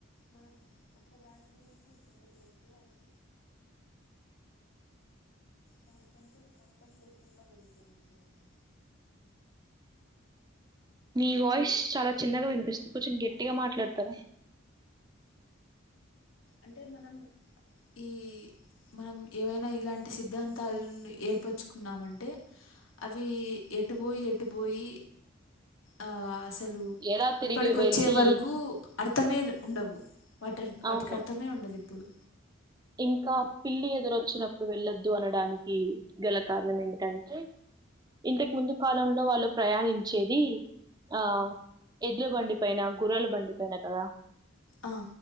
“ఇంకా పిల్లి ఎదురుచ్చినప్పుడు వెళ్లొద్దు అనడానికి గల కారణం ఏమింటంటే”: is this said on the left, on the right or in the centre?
Right